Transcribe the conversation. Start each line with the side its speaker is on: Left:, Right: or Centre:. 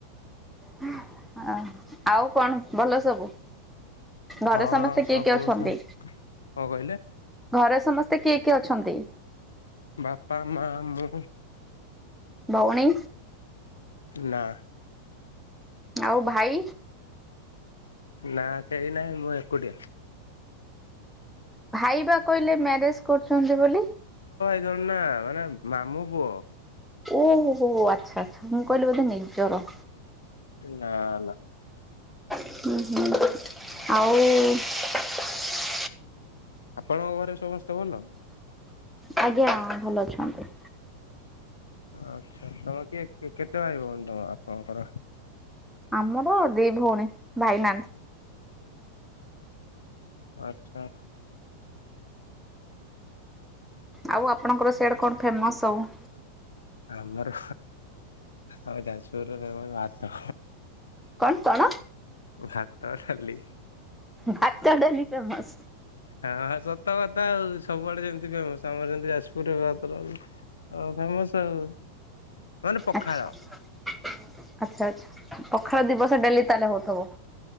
Centre: ହଃ ଆଃ ଆଉ କଣ ଭଲ ସବୁ? ଘରେ
Left: ହଁ
Centre: ସମସ୍ତେ
Left: ସବୁ
Centre: କିଏ କିଏ ଅଛନ୍ତି
Left: ସେମତି କଣ କହିଲେ?
Centre: ଘରେ ସମସ୍ତେ କିଏ କିଏ ଅଛନ୍ତି?
Left: ବାପା ମା ମୁଁ
Centre: ଭଉଣୀ?
Left: ନା।
Centre: ଆଉ ଭାଇ
Left: ନା କେହି ନାହିଁ ମୁଁ ଏକୁଟିଆ।
Centre: ଭାଇ ବା କହିଲେ ମ୍ୟାରେଜ କରୁଛନ୍ତି ବୋଲି।
Left: ନିଜର ନା ମାନେ ମାମୁଁ ପୁଅ।
Centre: ଓ ହୋ ଆଚ୍ଛା-ଆଚ୍ଛା ମୁଁ କହିଲି ବୋଧେ ନିଜର।
Left: ନା-ନା।
Centre: ହ ହୁଁ ଆଉ
Left: ଆପଣଙ୍କ ଘରେ ସମସ୍ତେ ଭଲ?
Centre: ଆଜ୍ଞା ଭଲ ଅଛନ୍ତି।
Left: ଆଚ୍ଛା ତମେ କିଏ କେତେ ଭାଇ ଭଉଣୀ ତମ ଆପଣଙ୍କର?
Centre: ଆମର ଦି ଭଉଣୀ ଭାଇନାହାନ୍ତି।
Left: ଆଚ୍ଛା।
Centre: ଆଉ ଆପଣଙ୍କର ସିଆଡେ କଣ ଫେମସ୍ ସବୁ।
Left: ଆମର ଆମ ଯାଜପୁର ରେ ଭାତ।
Centre: କଣ କଣ
Left: ଭାତ ଡାଲି।
Centre: ଭାତ ଡାଲି ଫେମସ।
Left: ହଁ ହଁ ସତ କଥା ଆଉ ସବୁଆଡେ ଯେମତି ଫେମସ ଆମର। ସେମିତି ଯାଜପୁରରେ ଭାତ ଡାଲି ଉଁ ଫେମସ। ଆଉ ମାନେ ପଖାଳ
Centre: ଆଛା ଆଛା ଆଛା ପଖାଳ ଦିବସ ଡେଲି ତାହେଲେ ହଉଥିବ।